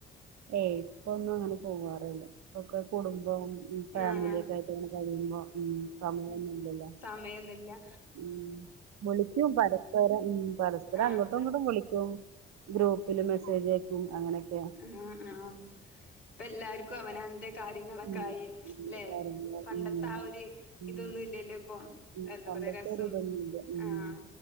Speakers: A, on the right (about 65°); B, on the left (about 80°).
A: ഏയ് ഇപ്പൊ ഒന്നും അങ്ങെനെ പോവാറില്ല ഇപ്പൊക്കെ കുടുംബം ഫാമിലിയൊക്കെ
B: ആഹ്
A: യായിട്ട്ങ്ങനെ കഴിയുമ്പോ ഉം സമയൊന്നുല്യല്ലോ
B: സമെയൊന്നുല്ല്യാ
A: ഉം വിളിക്ക്യും പരെസ്പരം ഉം പരസ്പരം
B: ആഹ്
A: അങ്ങോട്ടും ഇങ്ങോട്ടും വിളിക്കും ഗ്രൂപ്പ്ല് മെസ്സേജ് അയക്കും അങ്ങനെയൊക്കെയാ
B: ആഹ് ആമ് ഇപ്പ എല്ലാർക്കും അവനാന്റെ കാര്യങ്ങെളെക്കായി
A: ഉം
B: ലെ
A: കാര്യങ്ങള്
B: പണ്ടത്തെ
A: ഉം
B: ആ ഒര്
A: ഉം
B: ഇതൊന്നും ഇല്യല്ലോഇപ്പൊ
A: ഉം
B: എന്തെപ്പറ്‌യ്യാ
A: പണ്ടത്തെ
B: രെസും
A: ഒരു ഇതൊന്നുമില്ല ഉം
B: ആഹ്